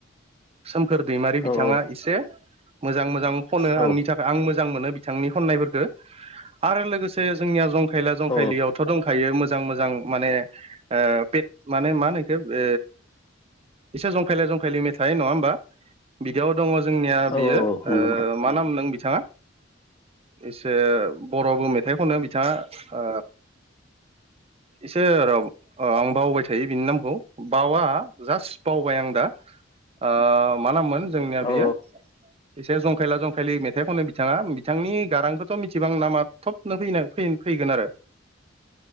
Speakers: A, on the right; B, on the left.
A: सोम खोर दैमारि
B: औ
A: बिथाङा
B: औ
A: एसे मोजां मोजां खनो
B: औ
A: आंनि
B: औ
A: थाखाय आं मोजां मोनो बिथांनि खननायफोरखो आरो लोगोसे जोंनिया जंखायला जंखायलियावथ'
B: औ
A: दंखायो जां मोजां माने ओ <unintelligible> मा होनो इखो ओ एसे जंखायला जंखायले मेथाइ नङा होमबा बिदियाव दङ जोंनिया
B: औ
A: बियो ओ
B: औ नंगौ नोंथां
A: मा नाममोन बिथाङा जे बर'बो मेथाइखौनो बिथाङा ओ इसे र' आं बावबाय थायो बिनि नामखौ बावा जास्ट बावबाय आं दा। ओ मा नाममोन जोंनिया बियो
B: ओ औ
A: एसे जंखायला जंखायलि मेथाइ खनो बिथाङा बिथांनि गारांखौ मिथिबां नामा थबनो फैगोन फैगोन आरो